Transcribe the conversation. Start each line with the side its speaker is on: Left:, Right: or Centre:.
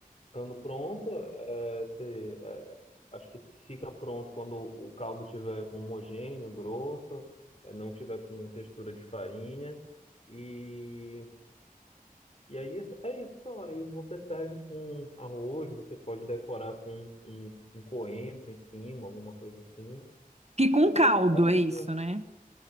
Left: estando pronto. é, você, é, acho que fica pronto quando o caldo tiver homogêneo, grosso, é, não tiver com textura de farinha. E E aí isso- é isso só. Aí você serve com arroz, você pode decorar com um, um coentro em cima, alguma coisa assim.
Right: Fica
Left: E
Right: um caldo,
Left: é isso.
Right: é isso, né?